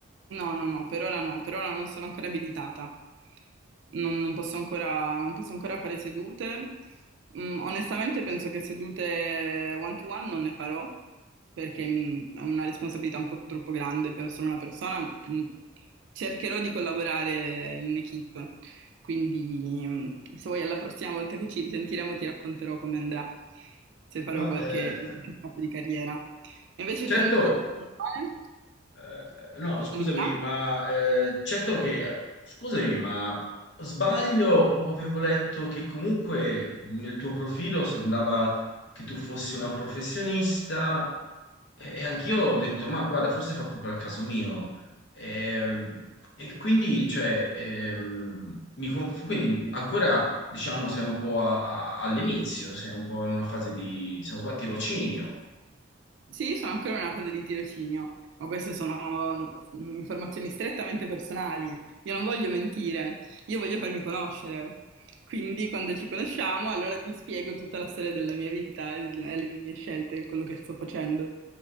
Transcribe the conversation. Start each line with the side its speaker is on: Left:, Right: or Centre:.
Right: No, no, no, per ora no, per ora non sono ancora abilitata. Non, non posso ancora, non posso ancora fare sedute. Mm, onestamente penso che sedute one to one non ne farò perché mm, è una responsabilità un po' troppo grande per solo una persona. Mm, cercherò di collaborare in equipe, quindi mm, se vuoi alla prossima volta che ci risentiremo ti racconterò come andrà, se farò
Left: Ma
Right: qualche
Left: eh,
Right: qualche fatto di carriera. E Invece
Left: certo,
Right: tu nel tuo lavoro attuale,
Left: eh, no, scusami,
Right: novità?
Left: ma eh, certo che, scusami, ma sbaglio o avevo letto che comunque nel tuo profilo sembrava che tu fossi una professionista e, e anch'io ho detto, ma guarda, forse fa proprio al caso mio. Ehm, E, quindi, cioè, ehm, mi conf- quindi ancora, diciamo, sei un po' a- a- all'inizio, sei un po' in una fase di, se non sbaglio, tirocinio.
Right: Sì, sono ancora in una fase di tirocinio, ma queste sono mm, informazioni strettamente personali. Io non voglio mentire, io voglio farmi conoscere. Quindi, quando ci conosciamo, allora ti spiego tutta la storia della mia vita e del- e le mie scelte, quello che sto facendo.